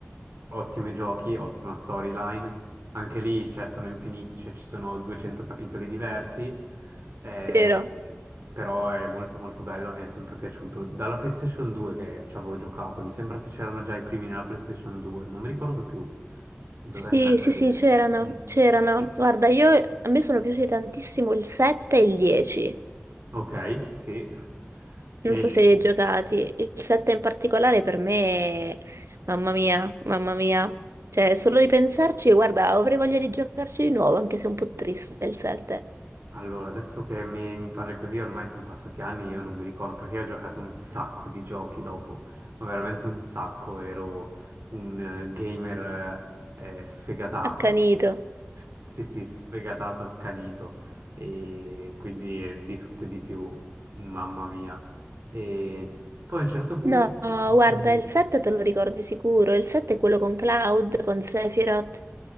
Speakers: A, on the right (about 60°); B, on the right (about 80°).
A: ottimi giochi, ottima storyline. Anche lì, cioè, sono infiniti, cioè, ci sono 200 capitoli diversi, eh,
B: Vero?
A: però è molto molto bello, mi è sempre piaciuto. Dalla PlayStation 2 che ci avevo giocato, mi sembra che c'erano già i primi nella PlayStation 2, non mi ricordo più, dovrei
B: Sì,
A: andare a
B: sì,
A: vedere.
B: sì, c'erano,
A: Mm.
B: c'erano.
A: Sì.
B: Guarda, io, a me sono piaciuti tantissimo il 7 e il 10.
A: Ok, sì. E,
B: Non so se li hai giocati. Il 7 in particolare per me, mamma mia, mamma mia. Cioè, solo ripensarci, guarda, avrei voglia di giocarci di nuovo, anche se è un po' triste il 7.
A: Allora, adesso che mi, mi parli così, ormai sono passati anni, io non mi ricordo perché io ho giocato un sacco di giochi dopo, ma veramente un sacco, ero un eh, gamer eh, eh, sfegatato,
B: Accanito.
A: <laughs> sì sì, sfegatato, accanito, e quindi eh, di tutto e di più, mamma mia. E poi a un certo punto,
B: No, guarda,
A: mm,
B: il 7 te lo ricordi sicuro. Il 7 è quello con Cloud, con Sephiroth.